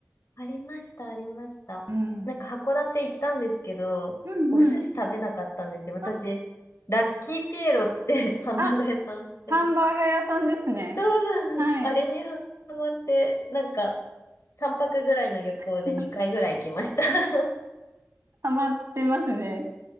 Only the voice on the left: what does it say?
ありました、ありました。
なんか函館行ったんですけど、
お寿司食べなかったんですよ。私、
ラッキーピエロって <laughs> ハンバーガー屋さんをしてます。
そうそう、
あれにハマって、なんか、3泊ぐらいの旅行で2回ぐらい行きました。
<laughs>